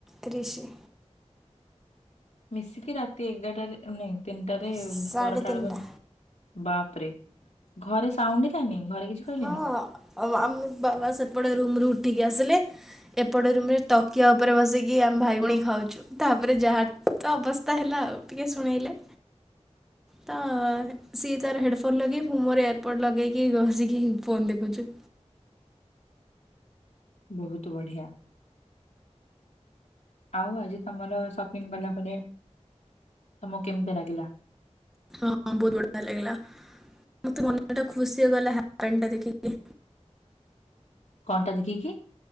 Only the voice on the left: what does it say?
ମିଶିକି ରାତି ଏଗାରଟାରେ ନାଇ ଟାରେ
ପରଟା
ଆଳୁ ଭ ବାପରେ ଘରେ ସାଉଣ୍ଡ ହେଲାନି ଘରେ କିଛି କହିଲେନି?
<inaudible>
ବହୁତ ବଢ଼ିଆ। ଆଉ ଆଜି ତମର ସପିଙ୍ଗ କଲା ପରେ ତମକୁ କେମିତି ଲାଗିଲା?
କଣ ଟା ଦେଖିକି